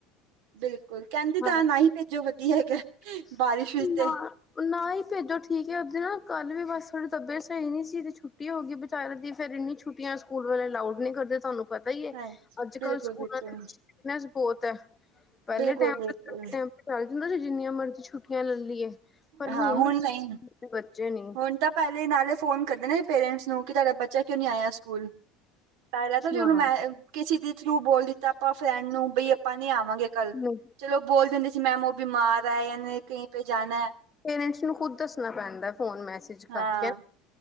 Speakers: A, on the right (about 75°); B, on the left (about 20°).
A: ਬਿਲਕੁਲ, ਕਹਿੰਦੇ
B: ਹਾਂ
A: ਤਾਂ ਹੈ, ਨਾ ਹੀ ਭੇਜੋ, ਵਧੀਆ ਹੈਗਾ।
B: <inaudible>
A: ਬਾਰਿਸ਼ ਵਿੱਚ
B: ਨਾ
A: ਤੇ
B: ਹੀ ਭੇਜੋ, ਠੀਕ ਹੈ, ਉਹ ਨਾ ਕੱਲ ਵੀ ਬਸ ਥੋੜੀ ਤਬੀਅਤ ਸਹੀ ਨੀ ਸੀ, ਛੁੱਟੀ ਛੁੱਟੀ ਹੋ ਗਈ ਵਿਚਾਰੇ ਦੀ, ਫਿਰ ਏਨੀ ਛੁੱਟੀਆਂ ਸਕੂਲ ਵਲੇ ਅਲਾਊਡ ਨਹੀਂ ਕਰਦੇ, ਸਾਨੂੰ ਪਤਾ ਹੀ ਹੈ,
A: ਹਾਂ
B: ਅੱਜ-ਕੱਲ
A: ਬਿਲਕੁਲ
B: ਸਕੂਲਾਂ
A: ਬਿਲਕੁਲ
B: ਦੇ ਵਿੱਚ ਸਟ੍ਰਿਕਟਨੈੱਸ ਬਹੁਤ ਹੈ। ਪਹਿਲੇ
A: ਬਿਲਕੁਲ
B: ਟਾਈਮ
A: ਬਿਲਕੁਲ
B: ਤੇੇ ਇਸ ਕਰਕੇ ਚੱਲ ਜਾਂਦਾ ਸੀ, ਜਿੰਨੀਆਂ ਮਰਜ਼ੀ ਛੁਟੀਆਂ ਲੈ ਲਈਏ। ਪਰ
A: ਹਾਂ
B: ਹੁਣ,
A: ਨਹੀਂ
B: ਬੱਚੇ ਨੀ
A: ਹੁਣ ਤਾਂ ਪਹਿਲੇ ਨਾਲ ਫੋਨ ਕਰਦੇ ਨੇ, ਪੇਰੈਂਟਸ ਨੂੰ। ਕੀ ਤੁਹਾਡਾ ਬੱਚਾ ਕਿਉਂ ਨਹੀਂ ਆਇਆ ਸਕੂਲ, ਪਹਿਲਾਂ ਤਾਂ ਜੋ
B: ਹਾਂ
A: ਮੈਂ ਕਿ ਕਿਸੇ ਦੇ ਥਰੂ ਬੋਲ ਦਿੱਤਾ, ਆਪਾਂ ਫਰੈਂਡ ਨੂੰ, ਬਈ ਆਪਾਂ ਨਹੀਂ ਆਵਾਂਗੇ ਕੱਲ।
B: ਹਾਂ
A: ਚਲੋ, ਬੋਲ ਦਿੰਦੇ ਸੀ ਮੈਡਮ ਉਹ ਬਿਮਾਰ ਆ ਜਾਂ ਕਈ ਪੇ ਜਾਣਾ ਹੈ।
B: ਪੇਰੈਂਟਸ ਨੂੰ ਖੁਦ ਦੱਸਣਾ ਪੈਂਦਾ, ਫੋਨ-ਮੈਸੇਜ
A: ਹਾਂ
B: ਕਰਕੇ।